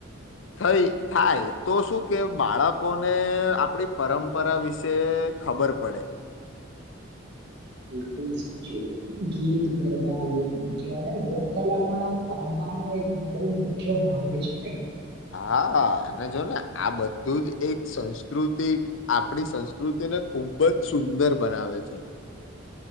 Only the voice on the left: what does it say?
થઈ થાય તો શું કે બાળકોને આપણી પરંપરા વિશે ખબર પડે.
હા અને જો ને આ બધું જ એક સંસ્કૃતી આપડી સંસ્કૃતિ તેને ખુબ જ સુંદર બનાવે છે.